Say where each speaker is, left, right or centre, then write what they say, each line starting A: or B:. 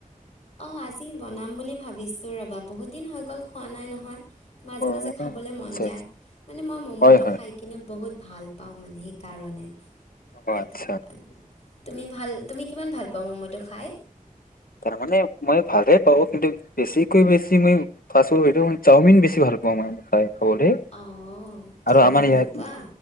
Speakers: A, on the left; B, on the left.
A: অ', আজি বনাম বুলি ভাবিছো ৰবা বহুত দিন হৈ গ'ল খোৱা নাই নহয়। মাজে-
B: অ'
A: মাজে খাবলৈ
B: আচ্ছা
A: মন যায়,
B: আচ্ছা
A: মানে মই ম'ম'টো
B: হয় হয়
A: খাই কিনে বহুত ভাল পাওঁ মানে সেইকাৰণে।
B: অ',
A: সেই
B: আচ্ছা।
A: তুমি ভাল তুমি কিমান ভাল পোৱা ম'ম'টো খাই?
B: তাৰ মানে মই ভালে পাওঁ কিন্তু, বেছিকৈ বেছি মই, <unintelligible> চাওমিন বেছি ভাল <unintelligible> বহুতেই,
A: অ'। চাওমিন
B: আৰু আমাৰ ইয়াত,
A: ভাল পোৱা?